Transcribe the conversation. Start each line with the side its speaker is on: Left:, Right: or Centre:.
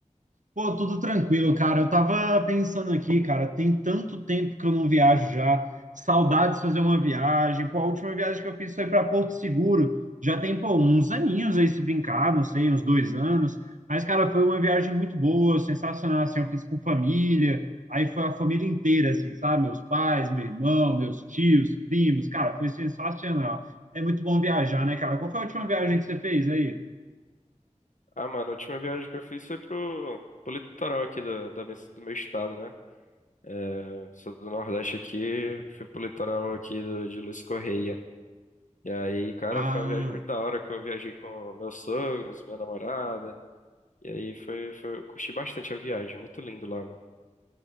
Right: Pô, tudo tranquilo, cara. Eu tava pensando aqui, cara, tem tanto tempo que eu não viajo já. Saudades de fazer uma viagem. Pô, a última viagem que eu fiz foi para Porto Seguro. Já tem, pô, uns aninhos aí se brincar, não sei, uns dois anos. Mas, cara, foi uma viagem muito boa, sensacional, assim. Eu fiz com família, aí foi a família inteira, assim, sabe? Meus pais, meu irmão, meus tios, primos. Cara, foi sensacional. É muito bom viajar, né, cara? Qual foi a última viagem que você fez aí?
Left: Ah, mano, a última viagem que eu fiz foi pro, pro litoral aqui da, da minha- do meu estado, né? É, sou do Nordeste aqui, fui pro litoral aqui do- de Luiz Correia. E aí, cara,
Right: Ah,
Left: foi uma viagem muito da hora que eu viajei com meus sogros, minha namorada. E aí foi, foi, eu curti bastante a viagem, muito lindo lá, mano.